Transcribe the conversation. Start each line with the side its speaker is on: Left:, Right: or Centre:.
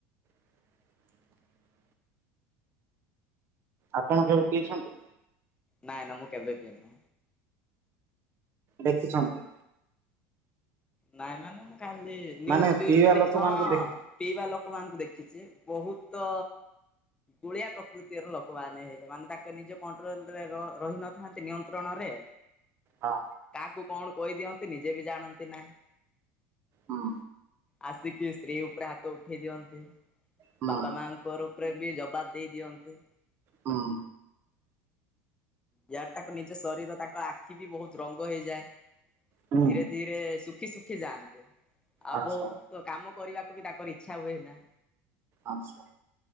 Right: <inaudible> ଆପଣ କେବେ ପିଇଛନ୍ତି?
Left: ନାଇଁ ନା ମୁଁ କେବେ ପିଏନା।
Right: ଦେଖିଛନ୍ତି।
Left: ନାଇଁ ମାନେ ମୁଁ ଖାଲି ନ୍ୟୁଜ
Right: ମାନେ
Left: ଫିଉଜରେ
Right: ପିଇବା
Left: ଦେଖିଛି।
Right: ଲୋକମାନଙ୍କୁ
Left: ହଁ
Right: ଦେଖି
Left: ପିଇବା ଲୋକମାନଙ୍କୁ ଦେଖିଛି। ବହୁତ ଗୁଳିଆ ପ୍ରକୃତିର ଲୋକମାନେ ହେଇ ମାନେ ତାଙ୍କ ନିଜ କଣ୍ଟ୍ରୋଲ ରେ ରହି ନଥାନ୍ତି। ନିୟନ୍ତ୍ରଣ ନ ରେ
Right: ହଁ।
Left: କୁ କଣ କହିଦିଅନ୍ତି ନିଜେ ବି ଜାଣନ୍ତି ନାହିଁ।
Right: ହଁ।
Left: ଆସିକି ସ୍ତ୍ରୀ ଉପରେ ହାତ ଉଠେଇ ଦିଅନ୍ତି।
Right: ହୁଁ
Left: ବାପା ମାଙ୍କ ଉପରେ ବି ଜବାବ ଦେଇ ଦିଅନ୍ତି।
Right: ହୁଁ
Left: ୟାର ତାଙ୍କ ନିଜ ଶରୀର ତାଙ୍କ ଆଖି ବି ବହୁତ ରଙ୍ଗ ହେଇଯାଏ।
Right: ହୁଁ
Left: ଧୀରେ ଧୀରେ ଶୁଖି ଶୁଖି ଯାଆନ୍ତେ। ଆ
Right: ଆଚ୍ଛା
Left: ବହୁତ କାମ କରିବାକୁ ବି ତାଙ୍କର ଇଚ୍ଛା ହୁଏ ନା।
Right: ଆଚ୍ଛା